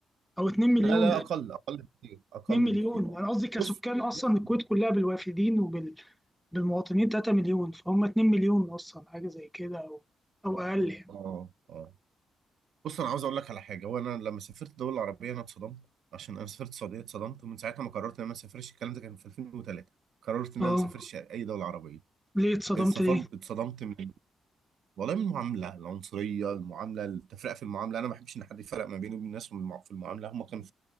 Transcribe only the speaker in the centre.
او 2 مليون
2 مليون
انا قصدي كسكان
اصلا
الكويت
كلها بالوافدين وبالمواطنين 3 مليون فهم 2 مليون اصلا حاجه زي كده او او اقل يعني
اه
ليه اتصدمت
ليه؟